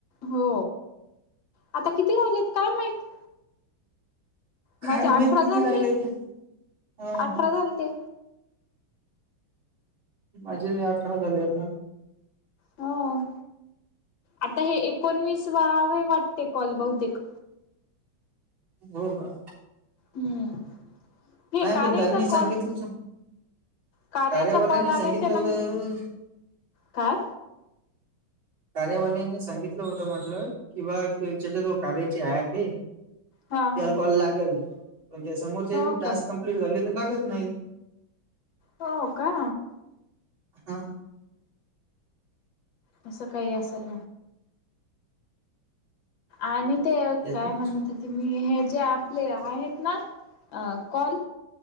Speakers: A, on the left; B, on the right.
A: हो आता किती राहिलेत काय माहित? माझे
B: काय
A: अठरा
B: माहिती
A: झालते
B: किती राहिले ते ह्अ.
A: अठरा झालते
B: माझे बी अठरा झाले आता.
A: हो आता हे एकोणवीस वावे वाटते कॉल बहुतेक,
B: हो का,
A: हम्म हे
B: नाही
A: कार्यचा
B: पण त्यांनी सांगितलंच
A: कॉल. कार्याचा
B: कार्यावाल्यानी
A: कॉल आल्याच्या
B: सांगितलं
A: नंतर
B: होतं
A: काय?
B: कार्यावाल्याने सांगितलं होतं म्हटलं कि बा ज्याच्या जो कार्याचे ॲप आहे.
A: हा
B: त्याला
A: हा
B: कॉल लागेल पण त्या समोर त्या
A: हो
B: टास्क
A: का
B: कंप्लीट झाली तर लागत नाही.
A: हो का?
B: हा.
A: तसं काही असल. आणि ते
B: ज्याची-
A: काय म्हणतात. ते मी हे जे आपले आहेत ना कॉल.